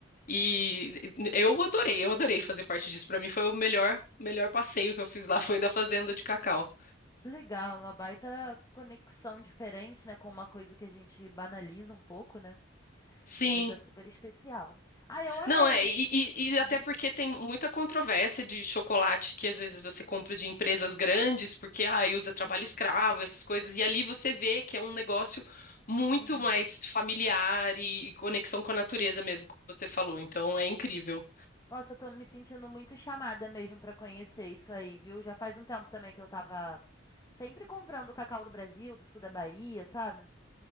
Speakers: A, on the left; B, on the left.
A: E eu adorei, eu adorei fazer parte disso. Pra mim foi o melhor, melhor passeio que eu fiz lá, <laughs> foi da fazenda de cacau.
B: Que legal, é uma baita conexão diferente, né, com uma coisa que a gente banaliza um pouco, né?
A: Sim.
B: Mas é super especial. Ah, eu amei.
A: Não, é, e, e- e
B: Uhum,
A: até porque tem muita controvérsia de chocolate que às vezes você compra de empresas grandes, porque ah, usa trabalho
B: uhum,
A: escravo, essas coisas, e ali você vê que é um negócio muito
B: uhum.
A: mais familiar e, e conexão com a natureza
B: Sim.
A: mesmo, como você falou. Então é incrível.
B: Nossa, eu tô me sentindo muito chamada mesmo pra conhecer isso aí, viu? Já faz um tempo também que eu tava sempre comprando o cacau do Brasil, do sul da Bahia, sabe?